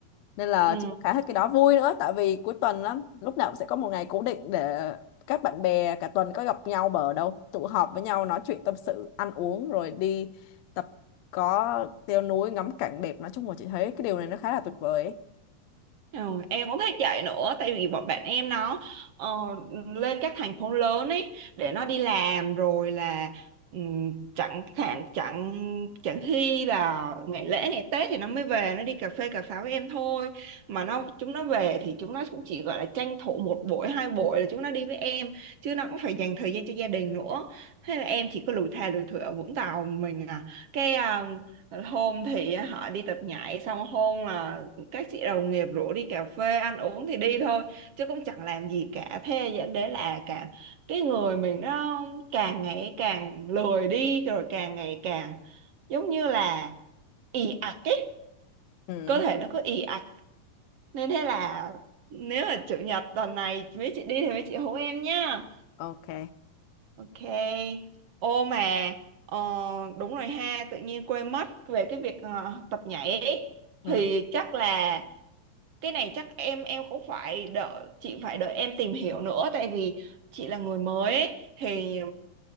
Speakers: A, on the left; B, on the right.
A: nên là
B: <laughs> ừ
A: chị cũng khá thích cái đó vui nữa tại vì cuối tuần lắm lúc nào cũng sẽ có một ngày cố định để các bạn bè cả tuần có gặp nhau bờ đâu tụ họp với nhau nói chuyện tâm sự ăn uống rồi đi tập có leo núi ngắm cảnh đẹp nói chung là chị thấy cái điều này nó khá là tuyệt vời ấy.
B: Ờ, em cũng thích chạy nữa tại vì bọn bạn em nó ờ, lên các thành phố lớn ấy để nó đi làm rồi là ừm, chẳng hạn chẳng chẳng khi là ngày lễ ngày Tết thì nó mới về nó đi cà phê cà pháo với em thôi mà nó chúng nó về thì chúng nó cũng chỉ gọi là tranh thủ một buổi hai buổi là chúng nó đi với em chứ nó cũng phải dành thời gian cho gia đình nữa thế là em chỉ có lủi thà lủi thủi ở Vũng Tàu mình à cái ờ, hôm thì họ đi tập nhảy xong hôm là các chị đồng nghiệp rủ đi cà phê ăn uống thì đi thôi chứ cũng chẳng làm gì cả thế dẫn đến là cả cái người mình nó càng ngày càng lười đi rồi càng ngày càng giống như là ì ạch ấy
A: ừ
B: cơ thể nó cứ ì ạch nên thế là nếu là chủ nhật tuần này mấy chị đi thì mấy chị hú em nhá
A: ok
B: ok ô mà ờ, đúng rồi ha tự nhiên quên mất về cái việc ờ, tập nhảy ấy.
A: ừ
B: thì chắc là cái này chắc em em cũng phải đợi chị phải đợi em tìm hiểu nữa tại vì chị là người mới ấy, thì